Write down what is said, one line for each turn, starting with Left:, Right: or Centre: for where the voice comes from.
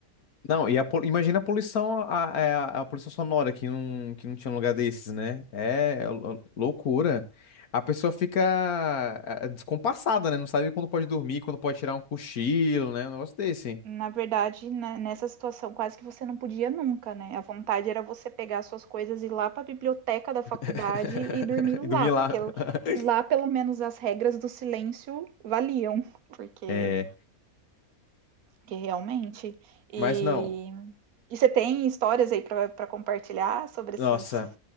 Left: Não, e a pol- imagina a poluição, a, é, a, a poluição sonora que não, que não tinha um lugar desses, né? É é lou- loucura. A pessoa fica ah, descompassada, né? Não sabe quando pode dormir, quando pode tirar um cochilo, né? Um negócio desse.
Right: Na verdade, né, nessa situação, quase que você não podia nunca, né? A vontade era você pegar suas coisas e ir lá para a biblioteca da faculdade
Left: <laughs>
Right: e dormir lá,
Left: E dormir
Right: porque
Left: lá. <laughs>
Right: lá pelo menos as regras do silêncio valiam, porque,
Left: É,
Right: porque realmente. E,
Left: mas não.
Right: e você tem histórias aí para compartilhar sobre esses.
Left: Nossa,